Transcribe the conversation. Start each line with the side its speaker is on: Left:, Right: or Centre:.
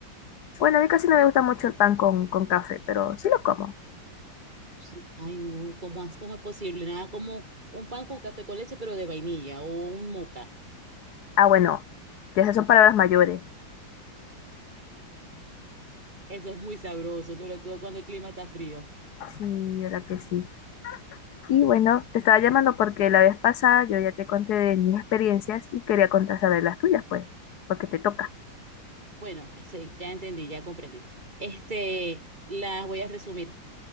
Left: Bueno, a mí casi no me gusta mucho el pan con, con café, pero sí lo como.
Right: Sí. Ay, no, ¿cómo, es- cómo es posible? Nada como un pan con café con leche, pero de vainilla o un moca.
Left: Ah, bueno, ya esas son palabras mayores.
Right: Eso es muy sabroso, sobre todo cuando el clima está frío.
Left: Sí, verdad que sí. Y bueno, te estaba llamando porque la vez pasada yo ya te conté de mis experiencias y quería contar sobre las tuyas, pues, porque te toca.
Right: Bueno, sí, ya entendí, ya comprendí. Este, las voy a resumir.